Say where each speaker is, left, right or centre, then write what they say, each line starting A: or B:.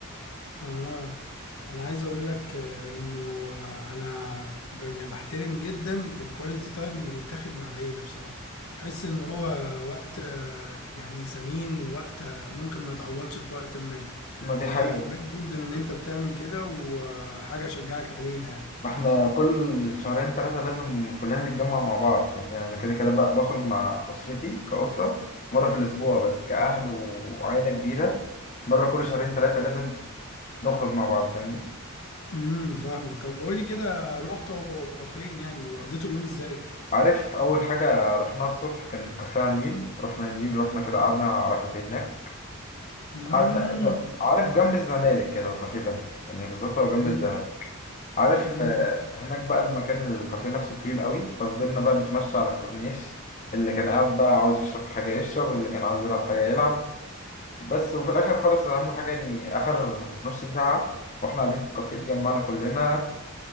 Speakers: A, on the left; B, on the left.
A: اه انا عايز اقول لك آه، انه آه، انا ب... يعني بحترم جدا الكواليتي تايم اللي بيتاخد مع العيله بصراحه بحس ان هو وقت آه، يعني ثمين ووقت آه، ممكن ما يتعوضش في وقت ما
B: ما
A: فكويس
B: دي حقيقة
A: جدا ان انت بتعمل كده وحاجه اشجعك عليها يعني
B: ما احنا كل شهرين ثلاثة لازم كلنا نتجمع مع بعض فاهمني يعني انا كده كده بقى بخرج مع أسرتي كأسرة مرة في الأسبوع بس كأهل وعائلة كبيرة مرة كل شهرين ثلاثة لازم نخرج مع بعض فاهمني
A: امم فاهمك طب قول لي كده رحت فين يعني وقضيتوا اليوم ازاي
B: عارف اول حاجه رحناها الصبح كان كافيه على النيل رحنا النيل رحنا كده قعدنا على كافيه هناك
A: امم
B: قعدنا لا، عارف جنب الزمالك كده الكافيه ده يعني بالظبط هو جنب
A: ايوه
B: الزمالك عارف
A: امم
B: آه، هناك بقى المكان الكافيه نفسه طويل قوي ففضلنا بقى نتمشى على الكورنيش اللي كان قاعد بقى عاوز يشرب حاجه يشرب اللي كان عاوز يلعب حاجه يلعب بس وفي الاخر خالص اهم حاجه يعني اخر نص ساعه واحنا قاعدين في الكافيه اتجمعنا كلنا